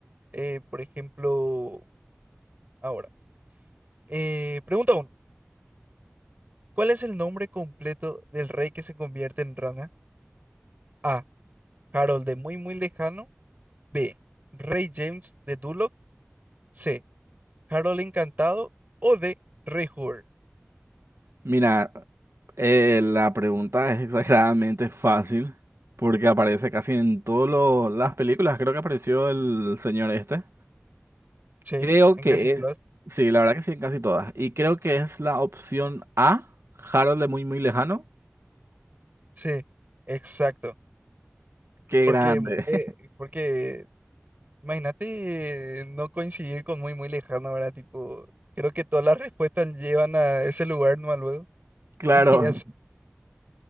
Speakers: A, on the right; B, on the right.
A: Eh, por ejemplo, ahora. Eh, pregunta uno. ¿Cuál es el nombre completo del rey que se convierte en rana? A. Harold de muy muy lejano. B. Rey James de Duloc. C. Harold encantado. O D. Rey Hur.
B: Mira, eh, la pregunta es <laughs> exageradamente fácil porque aparece casi en todas las películas. Creo que apareció el señor este.
A: Sí,
B: Creo
A: en
B: que
A: casi todas.
B: es... Sí, la verdad que sí, en casi todas. Y creo que es la opción A, Harold de muy, muy lejano.
A: Sí, exacto.
B: Qué
A: Porque,
B: grande.
A: eh,
B: <laughs>
A: porque Imagínate eh, no coincidir con muy, muy lejano, ¿verdad? Tipo, creo que todas las respuestas llevan a ese lugar, ¿no? Luego. <laughs>
B: Claro,
A: Y así.